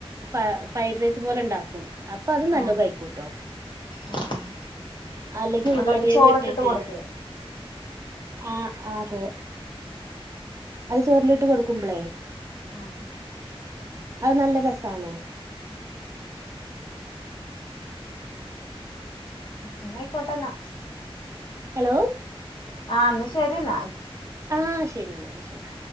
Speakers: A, on the right (about 30°); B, on the left (about 50°).
A: ഫ ഫ്രൈഡ് റൈസ് പോലെ ഉണ്ടാക്കും അപ്പ അത് നല്ലോണം
B: ആഹ്
A: കഴക്കൂട്ടോ
B: ആഹ് ആഹ്
A: അല്ലെങ്കിൽ
B: ന്നട്ടയില്
A: ഉരുളകിഴങ്
B: ചോറിട്ടിട്ട്
A: ഇട്ടിട്ട്
B: കൊടുക്കേ
A: ആ അതെ അത് ചോറിലിട്ട് കൊടുക്കുമ്പളേ
B: ആഹ്
A: അത് നല്ല രസാണ്
B: എന്ന ആയിക്കോട്ടെന്നാ
A: ഹലോ
B: ആഹ ശരി എന്നാ
A: ആഹ ശരി എന്നാൽ ശരി